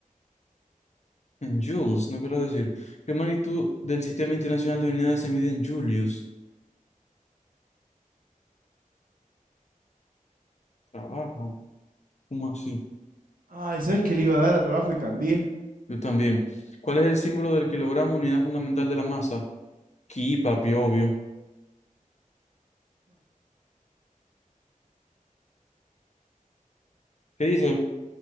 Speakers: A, on the left (about 55°); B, on the right (about 80°).
A: En joules, no quiero decir. ¿Qué magnitud del Sistema Internacional de Unidades se mide en Julius? Trabajo. ¿Cómo así?
B: Ay, ¿sabes que le iba a dar a trabajo y cambié?
A: Yo también. ¿Cuál es el símbolo del kilogramo, unidad fundamental de la masa? Ki, papi, obvio. ¿Qué dice?